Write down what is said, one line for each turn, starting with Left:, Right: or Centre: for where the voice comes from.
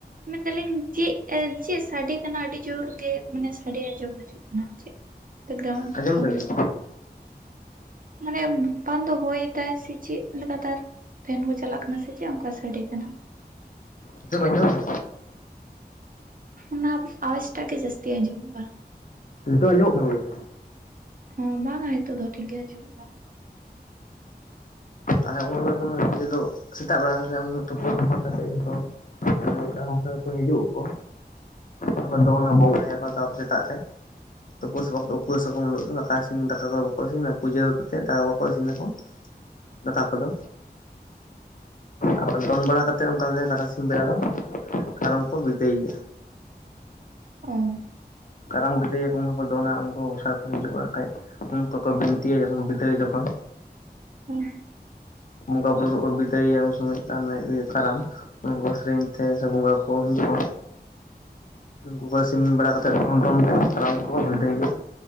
Right: ᱢᱮᱱᱫᱟᱞᱤᱧ ᱪᱮᱫ ᱪᱮᱫ ᱥᱟᱰᱮ ᱠᱟᱱᱟ ᱟᱹᱰᱤ ᱡᱳᱨ ᱜᱮ ᱢᱟᱱᱮ ᱥᱟᱰᱮ ᱟᱸᱡᱚᱢ ᱦᱤᱡᱩᱜ ᱠᱟᱱᱟ ᱪᱮᱫ ᱾ ᱵᱮᱠᱜᱨᱟᱣᱱᱰ ᱨᱮᱱᱟᱜ
Left: ᱟᱸᱡᱚᱢ
Right: ᱥᱟᱸᱣᱱ
Left: ᱫᱟᱵᱤᱱ
Right: ᱥᱮ ᱢᱟᱱᱮ ᱵᱟᱝ ᱫᱚ ᱦᱳᱭᱫᱟᱭ ᱥᱮ ᱪᱮᱫ ᱞᱮᱠᱟ ᱛᱟᱨ ᱾ ᱯᱷᱮᱱ ᱠᱚ ᱪᱟᱞᱟᱜ ᱠᱟᱱᱟ ᱥᱮ ᱪᱮᱫ ᱚᱱᱠᱟ ᱥᱟᱰᱮ ᱠᱟᱱᱟ ᱾
Left: ᱱᱤᱛᱚᱜ ᱵᱤᱱ ᱟᱸᱡᱚᱢ ᱫᱟ?
Right: ᱚᱱᱟ ᱟᱣᱟᱡᱽᱴᱟᱜ ᱜᱮ ᱡᱟᱹᱥᱛᱤ ᱟᱸᱡᱚᱢᱚᱜ ᱠᱟᱱᱟ ᱾
Left: ᱱᱤᱛᱚᱜ ᱟᱡᱚᱢᱚᱜ ᱠᱟᱱ ᱜᱮᱭᱟ?
Right: ᱦᱚᱸ ᱵᱟᱝ-ᱟ ᱱᱤᱛᱚᱜ ᱫᱚ ᱴᱷᱤᱠ ᱜᱮ ᱟᱡᱚᱢᱚᱜ ᱠᱟᱱᱟ ᱾
Left: ᱛᱟᱦᱞᱮ ᱩᱱ ᱦᱤᱞᱳᱜ ᱫᱚ ᱡᱮ ᱦᱤᱞᱳᱜ ᱥᱮᱛᱟᱜ ᱵᱮᱲᱟ ᱦᱮᱸᱥᱮ ᱩᱱ ᱦᱤᱞᱳᱜ ᱛᱩᱯᱩ ᱥᱟᱯᱷᱟ ᱠᱟᱛᱮ ᱤᱧᱫᱚ ᱚᱱᱠᱟ ᱚᱱᱠᱟ ᱠᱚ ᱦᱤᱡᱩᱜ ᱟᱠᱚ ᱛᱟᱯᱚᱨᱮ ᱫᱚ ᱚᱱᱟ ᱵᱚᱸᱜᱟᱭᱟᱠᱚ ᱛᱟᱯᱚᱨᱮ ᱫᱟᱜ ᱨᱮ ᱛᱩᱯᱩ ᱥᱟᱯᱷᱟ ᱠᱟᱛᱮ ᱩᱯᱟᱹᱥ ᱟᱠᱚ ᱩᱱ ᱦᱤᱞᱳᱜ ᱫᱚ ᱫᱟᱠᱟ ᱤᱥᱤᱱ ᱫᱟᱠᱟ ᱫᱚ ᱵᱟᱠᱚ ᱤᱥᱤᱱᱟ ᱯᱩᱡᱟᱹ ᱦᱩᱭ ᱠᱟᱛᱮ ᱫᱟᱠᱟ ᱠᱚᱠᱚ ᱤᱥᱤᱱ ᱟᱠᱚ ᱫᱟᱠᱟ ᱠᱚᱫᱚ᱾ ᱟᱫᱚ ᱫᱚᱱ ᱵᱟᱲᱟ ᱠᱟᱛᱮ ᱚᱱᱠᱟ ᱜᱮ ᱛᱟᱨᱟᱥᱤᱧ ᱵᱮᱲᱟ ᱫᱚ ᱠᱟᱨᱟᱢ ᱠᱚ ᱵᱤᱫᱟ. ᱭᱮᱭᱟ᱾
Right: ᱚ ᱾
Left: ᱠᱟᱨᱟᱢ ᱵᱤᱫᱟᱹᱭ ᱟᱠᱚ ᱩᱱᱠᱩ ᱠᱚ ᱫᱚᱱᱟ ᱩᱱᱠᱚ ᱜᱚᱸᱥᱟᱭ ᱠᱚ ᱦᱤᱡᱩᱜ-ᱟ ᱦᱟᱸᱜ ᱠᱷᱟᱡ᱾ ᱩᱱᱠᱩ ᱠᱚ ᱵᱤᱱᱛᱤᱭᱟ ᱡᱚᱠᱷᱚᱱ ᱵᱤᱫᱟᱹᱭ ᱡᱚᱠᱷᱚᱱ᱾
Right: ᱦᱩᱸ ᱾
Left: ᱵᱚᱸᱜᱟ ᱵᱩᱨᱩ <inaudible> ᱵᱤᱫᱟᱹᱭᱮᱭᱟ ᱩᱱ ᱥᱚᱢᱚᱭ <inaudible> ᱠᱟᱨᱟᱢ ᱩᱱᱠᱩ ᱥᱮᱨᱮᱧ ᱛᱮ ᱥᱮ ᱵᱚᱸᱜᱟ ᱠᱚ ᱦᱤᱡᱩᱜ-ᱟ ᱩᱱᱠᱩ ᱵᱟᱥ ᱩᱢ ᱵᱟᱲᱟ ᱠᱟᱛᱮ ᱫᱷᱚᱨᱚᱢ ᱛᱷᱟᱱ ᱴᱷᱮᱱ ᱥᱟᱱᱟᱢ ᱠᱚᱠᱚ ᱵᱤᱫᱟᱹᱭᱮᱭᱟ